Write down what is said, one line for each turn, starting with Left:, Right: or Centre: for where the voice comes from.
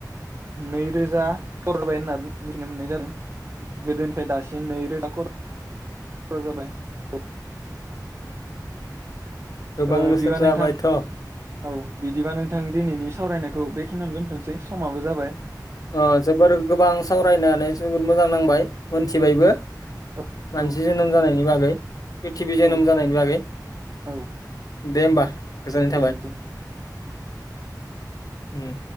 Right: नैरोजा हरबाय होनना मिथिनो मोननाय जादों गोदोनि। दासिम नैरोजा ख' जाबाय औ।
Left: गोबां
Right: ओ
Left: बोसोर
Right: बिदिबा
Left: जाबायथ'
Right: नोंथां
Left: औ
Right: औ बिदिबा नोंथां दिनैनि सावरायनायखौ बेखिनियावनो दोनथ'सै। समाबो जाबाय।
Left: अ जोबोर गोबां सावरायनानै जोबोर मोजां नांबाय। मोनथिबायबो।
Right: औ
Left: मानसि
Right: औ
Left: जोनोम जानायनि बागै, <inaudible> प्रिथिबि
Right: औ
Left: जोनोम जानायनि बागै
Right: औ
Left: दे होमबा। गोजोननाय
Right: गोजोन्थों।
Left: थाबाय। ओम।